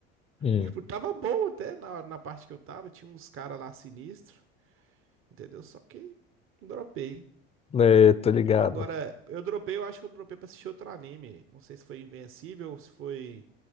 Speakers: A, on the left; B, on the right.
A: Hum.
B: Tipo, tava bom até na, na parte que eu tava, tinha uns caras lá sinistro, entendeu? Só que dropei.
A: É, tô ligado.
B: Agora, eu dropei, eu acho que eu dropei pra assistir outro anime. Não sei se foi Invencível ou se foi